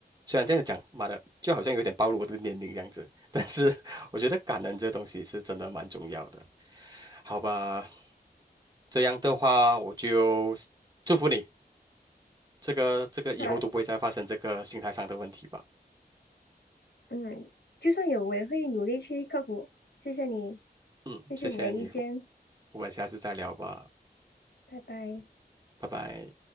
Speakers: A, on the right; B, on the left.
A: 虽然这样讲，妈的，就好像有点暴露我的年龄这样子，<laughs> 但是我觉得感恩这东西是真的蛮重要的。好吧，这样的话，我就祝福你，这个这个以后都不会再发生这个心态上的问题吧。
B: 啊，嗯，就算有，我也会努力去克服。谢谢你，
A: 嗯，
B: 谢谢你的意见，
A: 谢谢你，我们下次再聊吧，
B: 拜拜。
A: 拜拜。